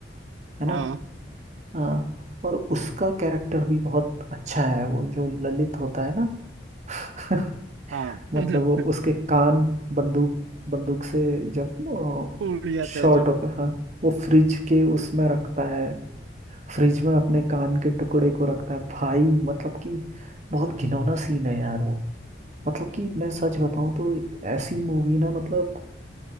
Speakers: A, on the right; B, on the right.
A: है ना
B: हाँ
A: हाँ और उसका कैरेक्टर भी बहुत अच्छा है वो जो ललित होता है ना <laughs>
B: हाँ
A: मतलब
B: <laughs>
A: वो उसके कान बंदूक बंदूक से जब
B: उड़ जाता
A: शॉर्ट
B: है जो
A: होता है हाँ वो फ्रिज के उसमें रखता है फ्रिज में अपने कान के टुकड़े को रखता है भाई मतलब कि बहुत घिनौना सीन है यार वो मतलब कि मैं सच बताऊं तो ऐसी मूवी ना मतलब